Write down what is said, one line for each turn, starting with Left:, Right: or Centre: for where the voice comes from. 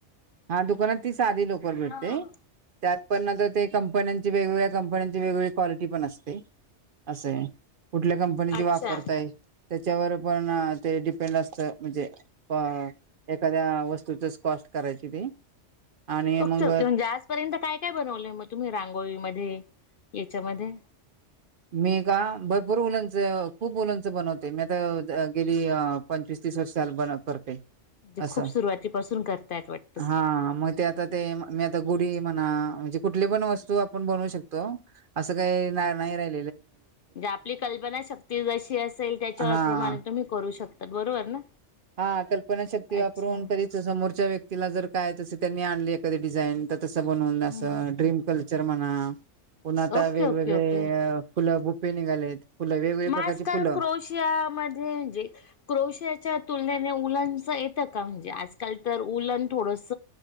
Right: हा दुकानात ती साधी लोकर भेटते.
Left: हा हा हा.
Right: त्यात. पण आता ते कंपन्यांची वेगवेगळ्या कंपन्यांची वेगवेगळी क्वालिटी पण असते. अस हाय. कुठल्या कंपनीची
Left: अच्छा
Right: वापरताय. त्याच्यावर पण ते डिपेंड असत म्हणजे अ. एखाद्या वस्तूचच कॉस्ट करायची ते. आणि
Left: ओके-ओके
Right: मग
Left: म्हणजे आजपर्यंत काय-काय बनवलंय मग तुम्ही रांगोळीमध्ये. याच्यामध्ये.
Right: मी का भरपूर उलंंच खूप उलंंच बनवते. मी आता गेली पंचवीस. पस्तीस वर्षे झालं करते.
Left: म्हणजे
Right: असं
Left: खूप सुरुवातीपासून करतायत वाटत.
Right: हा म ते आता ते मी आता गुढी म्हणा म्हणजे कुठली पण वस्तू आपण बनवू शक तो असं काय नाई <unintelligible>
Left: जे आपली कल्पना शक्ती जशी असेल तेच्या
Right: हा
Left: प्रमाणे तुम्ही करू शकता बरोबर ना.
Right: हा कल्पना शक्ती वापरून
Left: अच्छा
Right: कधीच समोरच्या व्यक्ती तिला जर काय तस त्यांनी आणली एखादी डिझाईन त तसं बनवून
Left: हम्म
Right: असं
Left: हम्म
Right: ड्रीम कल्चर म्हणा. पण आता
Left: ओके
Right: वेगवेगळेय
Left: ओके ओके
Right: फुलं बुफे निघालेत. फुलं वेगवेगळ्या प्रकारची
Left: म आजकाल
Right: फुलं
Left: क्रोशियामध्ये जे क्रोशियाच्या तुलनेने <unintelligible> स येत का म्हणजे आजकाल तर उलन थोडस